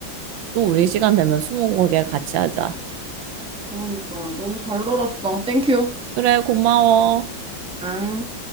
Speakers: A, on the right; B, in the centre.
A: 또 우리 시간 되면 스무고개 같이 하자.
B: 그러니까, 너무 잘 놀았어. 땡큐.
A: 그래, 고마워.
B: 앙.